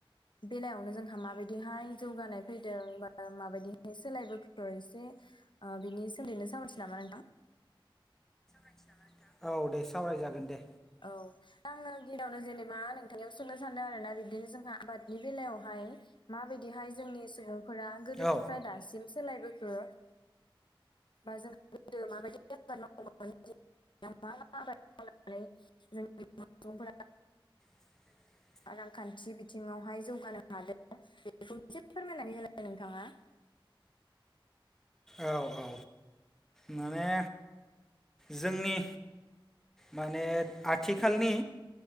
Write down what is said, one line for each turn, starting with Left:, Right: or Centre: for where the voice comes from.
Left: बेलायावनो जोंहा माबायदिहाय जौगानाय फैदों बा माबायदिहाय सोलायबोखो एसे ओ बिनि सोमोन्दैनो सावरायनोसै नामा नोंथां
Centre: <unintelligible> औ दे सावरायजागोन दे
Left: औ आङो गिबियावनो जेनेबा नोंथांनियाव सोंनो सानदों आरो ना बिदिनो जोंहा आबादनि बेलायावहाय माबायदिहाय जोंनि सुबुंफोरा गोदोनिफ्राय
Centre: औ
Left: दासिम सोलायबोखो बा जोंहा गोदो माबायदि आबाद मावोमोन <unintelligible> मा मा आबाद <unintelligible> जोंनि <unintelligible> फोरा
Centre: <inaudible>
Left: रांखान्थि बिथिङावहाय जौगानो हादों बेखौ एसे फोरमायनानै होलाय नोंथाङा
Centre: औ औ माने जोंनि माने आथिखालनि